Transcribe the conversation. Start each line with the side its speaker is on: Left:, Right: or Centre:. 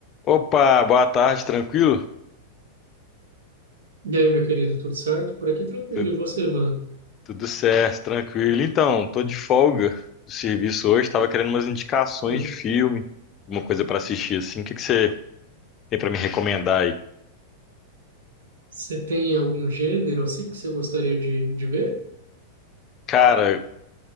Left: Opa, boa tarde, tranquilo?
Right: E aí, meu querido, tudo certo? Por aqui tranquilo.
Left: Tudo,
Right: E você, mano?
Left: tudo certo, tranquilo. Então, tô de folga do serviço hoje, tava querendo umas indicações
Right: Hum.
Left: de filme, uma coisa pra assistir assim. O que que você tem pra me recomendar aí?
Right: Você tem algum gênero assim que você gostaria de, de ver?
Left: Cara,